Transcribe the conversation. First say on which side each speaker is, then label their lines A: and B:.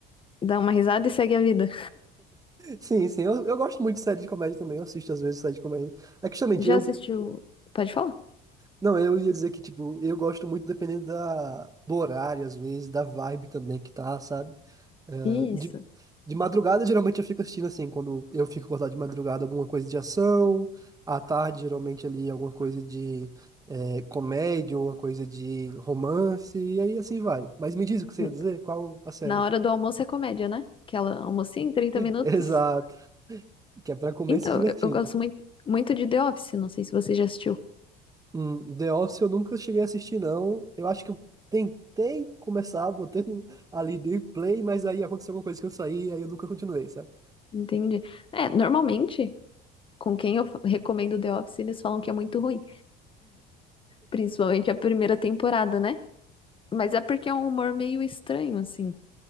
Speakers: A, on the left; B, on the right.
A: dá uma risada e segue a vida.
B: Sim, sim. Eu, eu gosto muito de série de comédia também. Eu assisto, às vezes, série de comédia. É que, justamente,
A: Já
B: eu
A: assistiu? Pode falar?
B: Não, eu ia dizer que, tipo, eu gosto muito dependendo da, do horário, às vezes, da vibe também que tá, sabe? Eh,
A: Isso.
B: de, de madrugada, geralmente eu fico assistindo assim, quando eu fico acordado de madrugada, alguma coisa de ação, à tarde, geralmente ali, alguma coisa de eh, comédia, alguma coisa de romance, e aí assim vai. Mas me diz o que você
A: N-
B: ia dizer, qual a série?
A: Na hora do almoço é comédia, né? Aquela almocinha em 30
B: <laughs>
A: minutos.
B: Exato, que é pra comer
A: Então,
B: se divertindo.
A: eu eu gosto muito, muito de The Office, não sei se você já assistiu.
B: Hum, The Office eu nunca cheguei a assistir, não. Eu acho que eu tentei começar botando <laughs> ali dei play, mas aí aconteceu alguma coisa que eu saí, aí eu nunca continuei, sabe?
A: Entendi. É, normalmente, com quem eu fa- <laughs> recomendo The Office, eles falam que é muito ruim, principalmente a primeira temporada, né? Mas é porque é um humor meio estranho, assim.